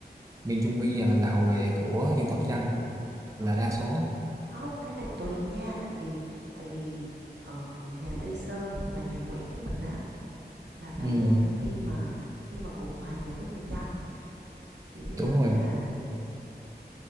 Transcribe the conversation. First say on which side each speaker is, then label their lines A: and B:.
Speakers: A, on the right; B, on the right.
A: miền Trung bây giờ là hậu vệ của dân tộc Chăm là
B: ừ.
A: đa số
B: Không, cái này tùy nha, tại vì tại vì ở nhà Tây Sơn và nhà Nguyễn của mình á là thời
A: ừ,
B: gian là khi mà khi mà cùng hòa nhập với người Chăm thì thứ nhất
A: đúng rồi
B: là